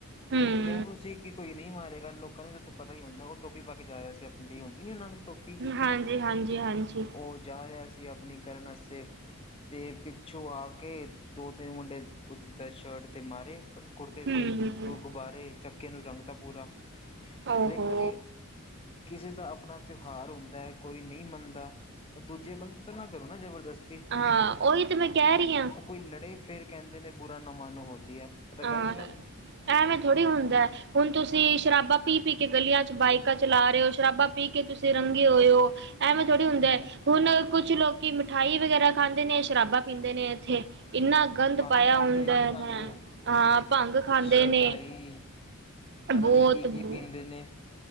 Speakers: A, on the right (about 55°); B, on the left (about 25°).
A: ਹੂ
B: ਅਤੇ ਉਹਨੂੰ ਸੀ ਕਿ ਕੋਈ ਨਹੀਂ ਮਾਰੇਗਾ ਲੋਕਾਂ ਨੂੰ ਤਾਂਥੋਂ ਪਤਾ ਹੀ ਹੁੰਦਾ ਉਹ ਟੋਪੀ ਪਾ ਕੇ ਜਾ ਰਿਹਾ ਸੀ ਆਪਣੀ ਜਿਹੀ ਹੁੰਦੀ ਨਹੀਂ ਉਹਨਾਂ ਦੀ ਤੋਪ
A: ਹਾਂਜੀ ਹਾਂਜੀ ਹਾਂਜੀ
B: ਉਹ ਜਾ ਰਿਹਾ ਸੀ ਆਪਣੀ ਕਰਨ ਵਾਸਤੇ ਤੇ ਪਿੱਛੋਂ ਆ ਕੇ ਦੋ ਤਿੰਨ ਮੁੰਡੇ ਦੀ ਤਾਂ ਸ਼ਰਟ ਤੇ ਮਾਰੇ ਕੁੜਤੇ
A: ਹੂੰ
B: 'ਤੇ ਗੁਬਾਰੇ ਚੱਕਿਆਂ ਨੂੰ ਰੰਗ ਤ ਪੂਰਾ
A: ਓਹੋ
B: ਦੇਖੋ ਜੀ ਕਿਸੇ ਦਾ ਆਪਣਾ ਤਿਉਹਾਰ ਹੁੰਦਾ ਹੈ ਕੋਈ ਨਹੀਂ ਮੰਨਦਾ ਤਾਂ ਦੂਜੇ ਬੰਦੇ ਤਾਂ ਨਾ ਕਰੋ ਨਾ ਜਬਰਦਸਤੀ
A: ਹਾਂ ਓਹੀ ਤੇ ਮੈਂ ਕਹਿ ਰਹੀ ਹਾਂ
B: ਕੋਈ ਲੜੇ ਫੇਰ ਕਹਿੰਦੇ ਨੇ ਬੁਰਾ ਨਵਾਂ ਨ ਹੋਲੀ ਹੈ ਇਹ ਤਾਂ
A: ਹਾਂ
B: ਗ਼ਲਤ ਗੱਲ ਹੈ
A: ਐਵੇਂ ਥੋੜ੍ਹੀ ਹੁੰਦਾ ਹੁਣ ਤੁਸੀਂ
B: ਹਾਂਜੀ
A: ਸ਼ਰਾਬਾ ਪੀ ਪੀ ਕਿ ਗਲੀਆਂ ਚ ਬਾਈਕਾਂ ਚਲਾ ਰਹੇ ਹੋ ਸ਼ਰਾਬਾਂ ਪੀ ਕੇ ਤੁਸੀਂ ਰੰਗੇ ਹੋਏ ਹੋ ਟਮ ਥੋੜ੍ਹੀ ਹੁੰਦਾ
B: ਹਮ
A: ਹੈ ਹੁਣ ਕੁਛ ਲੋਕ ਮਿਠਾਈ ਵਗੈਰਾ ਖਾਂਦੇ ਨੇ ਸ਼ਰਾਬਾ ਪੀਂਦੇ ਨੇ ਇੱਥੇ ਇੰਨਾ ਗੰਦ
B: ਭੰਗ
A: ਪਾਇਆ
B: ਖਾਂਦੇ
A: ਹੁੰਦਾ
B: ਹੈ ਜੀ ਭੰਗ
A: ਨਾ ਹਾਂ ਭੰਗ ਖਾਂਦੇ
B: ਸ਼ਰਦਾਈ
A: ਨੇ
B: ਪਤਾ
A: ਬਹੁਤ
B: ਨੀ ਕੀ
A: ਬ
B: ਕੀ ਪੀਂਦੇ ਨੇ <unintelligible>